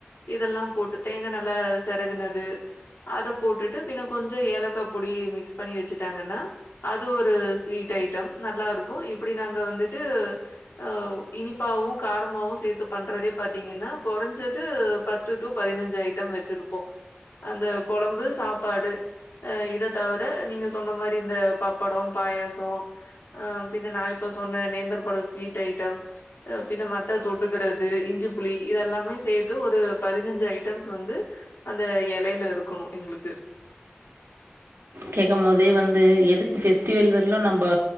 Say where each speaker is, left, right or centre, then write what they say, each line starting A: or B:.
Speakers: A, on the left; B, on the right.
A: இதெல்லாம் போட்டு தேங்கா நல்லா செரகுனது அத போட்டுட்டு பின்ன கொஞ்சோ ஏலக்கா பொடி மிக்ஸ் பண்ணி வெச்சுட்டாங்கன்னா அது ஒரு ஸ்வீட் ஐட்டம் நல்லாருக்கு இப்டி நாங்க வந்துட்டு அ இனிப்பாவு காரமாவு சேத்து பண்றதே பாத்திங்கன்னா கொறைஞ்சது பத்து டு பதினஞ்சு ஐட்டம் வெச்சுருப்போ அந்த கொழம்பு சாப்பாடு அ இத தவர நீங்க சொன்ன மாரி இந்த பப்படோ பாயாசோ அ பின்ன நா இப்போ சொன்ன நேந்திர பழோ ஸ்வீட் ஐட்டம் அ பின்ன மத்த தொட்டுக்கறது இஞ்சிப்புளி இதெல்லாமே சேத்து ஒரு பதினஞ்சு ஐட்டம்ஸ் வந்து அந்த எலையில இருக்குணு எங்ளுக்கு
B: கேக்கம் மோதே வந்து எதுக்கு பெஸ்டிவல் வர்லு நம்பொ